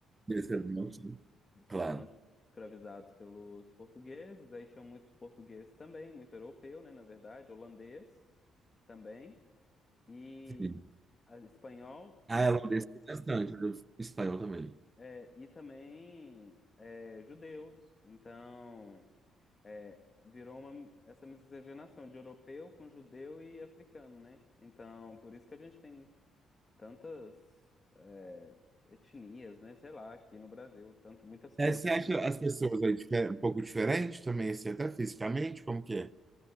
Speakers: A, on the right; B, on the left.
A: Desse evento,
B: que
A: claro.
B: foram escravizados pelos portugueses. Aí tinham muitos portugueses também, muito europeu, né, na verdade, holandês também e
A: Sim.
B: ah, espanhol
A: A
B: e
A: holandesa tem bastante, a do espanhol também.
B: é, e também é, judeus. Então É, virou uma, essa miscigenação de europeu com judeu e africano, né? Então, por isso que a gente tem tantas é, etnias, né? Sei lá, aqui no Brasil, tan- muitas cores,
A: É, você acha
B: né?
A: as pessoas aí difer- um pouco diferentes também, assim, até fisicamente, como que é?